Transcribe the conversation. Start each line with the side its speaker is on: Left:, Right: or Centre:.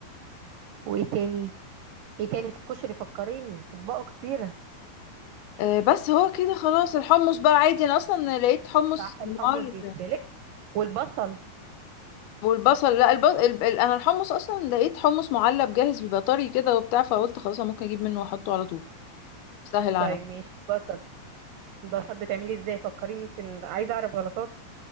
Right: وايه تاني ايه تاني في الكشري فكريني اطباقه كتيرة
Left: آه بس هو كده خلاص الحمص بقى عادي انا اصلا لقيت حمص
Right: صح
Left: النهار
Right: الحمص بيتسلق والبصل
Left: والبصل لا الب... ال... ال... انا الحمص اصلا لقيت حمص معلب جاهز بيبقى طري كده وبتاع فقلت خلاص أنا ممكن اجيب منه واحطه على طول سهل على
Right: طيب ماشي بصل البصل بتعملي ازاي فكريني يمكن عايزة اعرف غلطاته